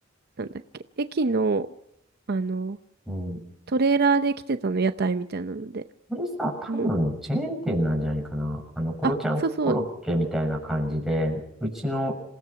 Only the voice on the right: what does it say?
なんだっけ、駅の、あの、
トレーラーで来てたの、屋台みたいなので。
もう、
あ、そうそう、